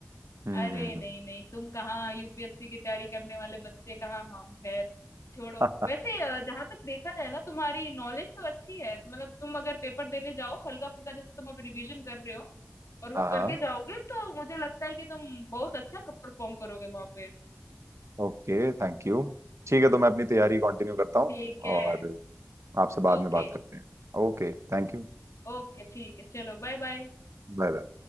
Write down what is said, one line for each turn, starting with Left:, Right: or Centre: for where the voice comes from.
Right: हम्म
Left: अरे
Right: हम्म,
Left: नहीं
Right: हम्म।
Left: नहीं तुम कहाँ यूपीएससी की तैयारी करने वाले बच्चे कहाँ हम खैर छोड़ो
Right: <laughs>
Left: वैसे अ, जहाँ तक देखा जाए ना तुम्हारी नॉलेज तो अच्छी है मतलब तुम अगर पेपर देने जाओ हल्का फुल्का जैसे तुम अब रिवीजन कर रहे हो और वो
Right: हाँ हाँ
Left: करके जाओगे तो मुझे लगता है कि तुम बहुत अच्छा परफॉर्म करोगे वहां पे
Right: Okay thank you ठीक है तो मैं अपनी तैयारी कंटिन्यू करता हूँ
Left: ठीक है
Right: और आपसे बाद
Left: ओके
Right: में बात करते हैं Okay thank you
Left: ओके ठीक है चलो बाय बाय
Right: Bye bye